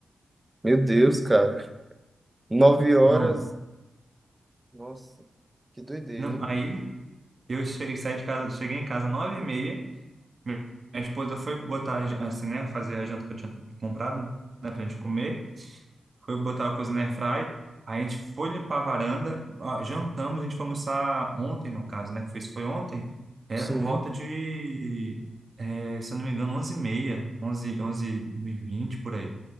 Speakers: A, on the right; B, on the right.
A: Meu Deus, cara. Nove horas.
B: Não,
A: Nossa, que doideira,
B: não.
A: hein?
B: Aí eu cheguei, saí de casa, cheguei em casa nove e meia. Minha esposa foi botar a jan- assim, né, fazer a janta que eu tinha comprado, né, pra gente comer. Foi botar a coisa na airfry. Aí a gente foi limpar a varanda, ah, jantamos, a gente foi almoçar ontem, no caso, né? que Foi isso foi ontem. Era
A: Sim.
B: por volta de, eh, se eu não me engano, onze e meia, onze, onze e vinte por aí.